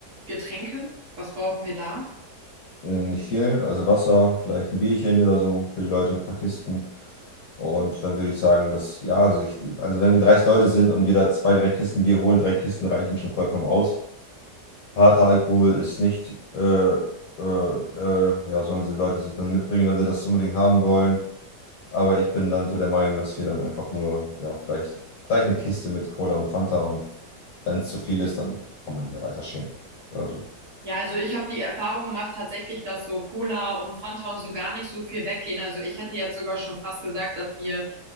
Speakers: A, on the right; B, on the left.
A: Getränke, was brauchen wir da?
B: Äh, Nicht viel, also Wasser, vielleicht ein Bierchen oder so für die Leute, ein paar Kisten. Und dann würde ich sagen, dass, ja, also, ich, also wenn wir 30 Leute sind und jeder zwei, drei Kisten Bier holen, drei Kisten reichen schon vollkommen aus. harter Alkohol ist nicht, äh, äh, äh, ja, sollen die Leute sich dann mitbringen, wenn sie das unbedingt haben wollen. Aber ich bin dann so der Meinung, dass wir dann einfach nur, ja, vielleicht, vielleicht eine Kiste mit Cola und Fanta und wenn es zu viel ist, dann kann man die ja weiter schenken oder so.
A: Ja, also ich habe die Erfahrung gemacht tatsächlich, dass so Cola und Fanta und so gar nicht so viel weggehen. Also ich hätte jetzt sogar schon fast gesagt, dass wir